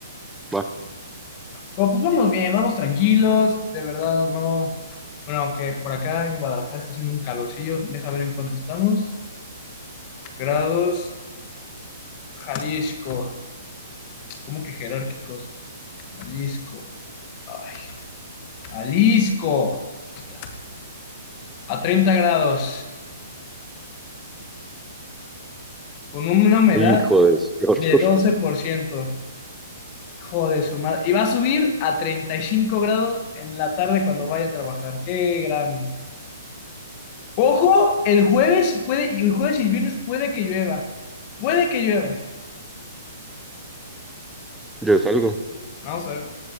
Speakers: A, in the centre; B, on the left (about 35°).
A: Va.
B: Pero, pues vamos bien, vamos tranquilos, de verdad no. Bueno, aunque por acá en Guadalajara está haciendo un calorcillo, deja ver en cuánto estamos. Grados, Jalisco. ¿Cómo que jerárquicos? Jalisco. Ay, Jalisco. Aquí está. A 30 grados, con una humedad
A: Hijo de su- <laughs> qué horror.
B: de 12%. Joder, su madre. Y va a subir a 35 grados en la tarde cuando vaya a trabajar. Qué gran Ojo, el jueves puede, y el jueves y el viernes puede que llueva. Puede que llueva.
A: Ya es algo.
B: Vamos a ver